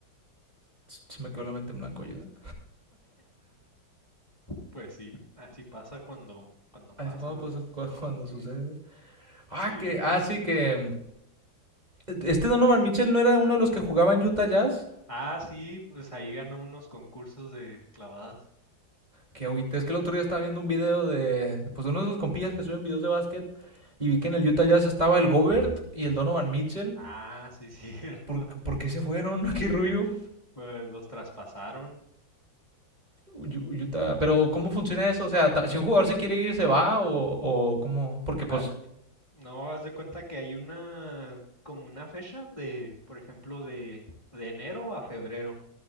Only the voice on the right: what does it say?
Se me quedó la mente en blanco, ayuda.
Así cuando
pasa, cu- cuando sucede. Ah,
que, ah, sí, que Este Donovan Mitchell no era uno de los que jugaba en Utah Jazz.
Que ahorita es que el otro día estaba viendo un video de pues de uno de esos compillas que suben videos de básquet y vi que en el Utah Jazz estaba el Gobert y el Donovan Mitchell.
¿Por, por qué se fueron? <laughs> Qué rubio.
Utah, pero ¿cómo funciona eso? O sea, si un jugador se quiere ir, ¿se va? ¿O, o cómo? Porque pues,